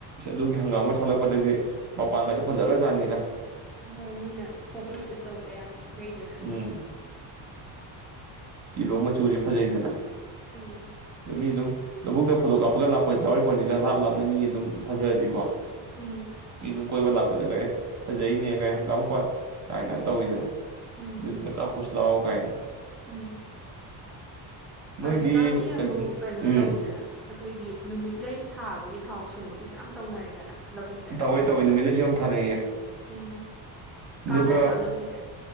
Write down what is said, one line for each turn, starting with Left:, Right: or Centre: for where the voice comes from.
Right: ꯑꯗꯨꯒꯤ ꯍꯪꯒꯥꯝꯒ ꯁꯥꯠꯂꯛꯄꯗꯒꯤ ꯃꯄꯥꯟꯒꯥꯏꯗꯣ ꯐꯖꯔꯒ ꯖꯥꯠꯅꯤꯗ
Centre: ꯍꯣꯏ ꯃꯤꯅ ꯐꯣꯇꯣ ꯁꯨꯠ ꯇꯧꯕ ꯌꯥꯝ ꯆꯠꯅꯩꯗꯅ
Right: ꯎꯝ ꯌꯦꯜꯂꯣ ꯃꯆꯨꯁꯦ ꯐꯖꯩꯗꯅ
Centre: ꯎꯝ
Right: ꯑꯗꯨꯅꯤ ꯑꯗꯨꯝ ꯂꯧꯕꯨꯛꯇ ꯐꯣꯇꯣ ꯀꯥꯞꯄꯒ ꯂꯥꯛꯄꯁꯨ ꯌꯥꯎꯔꯤꯄꯣꯠꯅꯤꯗ ꯂꯥꯞ ꯂꯥꯞꯅ ꯃꯤ ꯑꯗꯨꯝ ꯐꯖꯔꯗꯤꯀꯣ
Centre: ꯎꯝ
Right: ꯃꯤ ꯑꯗꯨꯝ ꯀꯣꯏꯕ ꯂꯥꯛꯄꯗ ꯑ ꯐꯖꯩꯅꯦ ꯀꯥꯢꯅ ꯍꯪꯒꯥꯝ ꯃꯄꯥꯟ ꯀꯥꯏꯅ ꯇꯧꯋꯤꯗꯅ
Centre: ꯎꯝ
Right: ꯑꯗꯨ ꯀꯥꯞꯄꯨꯁꯤ ꯂꯥꯎ ꯀꯥꯏꯅ
Centre: ꯎꯝ
Right: ꯅꯣꯏꯗꯤ
Centre: ꯍꯧꯖꯤꯛꯀꯥꯟꯗꯤ
Right: ꯀꯔꯤ
Centre: ꯑꯃꯨꯛ ꯀꯩꯅꯣ
Right: ꯎꯝ
Centre: ꯇꯧꯋꯤꯗꯅ ꯑꯩꯈꯣꯏꯒꯤ ꯅꯨꯃꯤꯠꯂꯩ ꯊꯥꯕꯒꯤ ꯊꯥꯎ ꯁꯨꯡꯕꯒꯤꯁꯦ ꯌꯥꯝ ꯇꯧꯅꯔꯦꯗꯅ ꯂꯧꯕꯨꯛꯁꯦ
Right: ꯇꯩꯋꯦ ꯇꯧꯋꯦ ꯅꯨꯃꯤꯠꯂꯩꯁꯨ ꯌꯥꯝ ꯊꯥꯅꯩꯌꯦ
Centre: ꯎꯝ
Right: ꯑꯗꯨꯒ
Centre: ꯀꯥꯟꯅꯖꯥꯠꯂꯣ ꯁꯤꯁꯦ